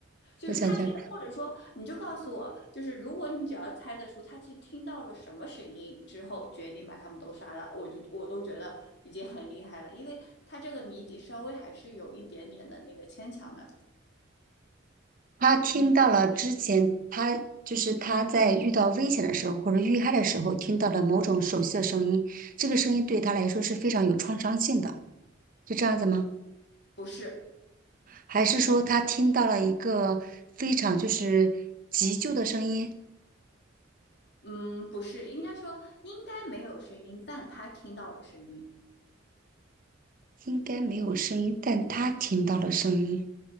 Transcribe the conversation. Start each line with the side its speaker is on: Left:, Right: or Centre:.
Left: 就是他听，
Right: 我想想，
Left: 或者说你就告诉我，就是如果你只要猜得出他去听到了什么声音之后，决定把他们都杀了，我就我都觉得已经很厉害了，因为他这个谜底稍微还是有一点点的那个牵强的，
Right: 他听到了之前他就是他在遇到危险的时候或者遇害的时候听到了某种熟悉的声音，这个声音对他来说是非常有创伤性的，是这样子吗？
Left: 不是，
Right: 还是说他听到了一个非常就是急救的声音？
Left: 嗯，不是，应该说应该没有声音，但他听到了声音，
Right: 应该没有声音，但他听到了声音，